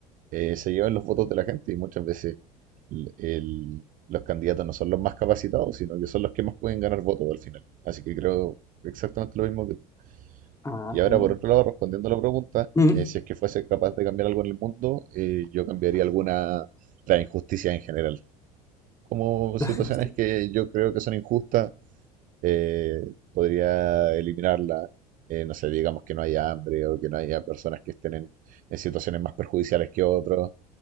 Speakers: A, on the right; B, on the left.
A: eh, se lleven los votos de la gente y muchas veces el- el- los candidatos no son los más capacitados, sino que son los que más pueden ganar votos al final. Así que creo exactamente lo mismo que tú.
B: Ah,
A: Y ahora,
B: bueno.
A: por otro lado, respondiendo a la pregunta,
B: Mm,
A: eh, si es que fuese capaz de cambiar algo en el mundo, eh, yo cambiaría alguna, la injusticia en general. Como
B: <laughs>
A: situaciones
B: la geostit-
A: que yo creo que son injustas, eh, podría eliminarla. Eh, no sé, digamos que no haya hambre o que no haya personas que estén en, en situaciones más perjudiciales que otros.